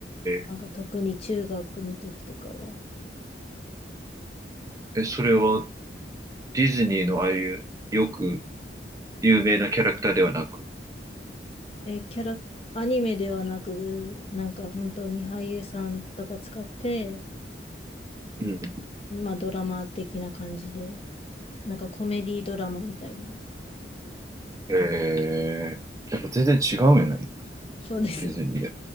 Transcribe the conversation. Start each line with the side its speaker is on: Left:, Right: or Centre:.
Left: なんか特に中学の時とかは。
Right: え。え、それはディズニーのああいうよく有名なキャラクターではなく。
Left: え、キャラ、アニメではなく、なんか本当に俳優さんとか使って、
Right: うん。
Left: まあドラマ的な感じで。なんかコメディードラマみたいな。
Right: えー、やっぱ全然違うんよね、
Left: そうですね
Right: ディズニーで。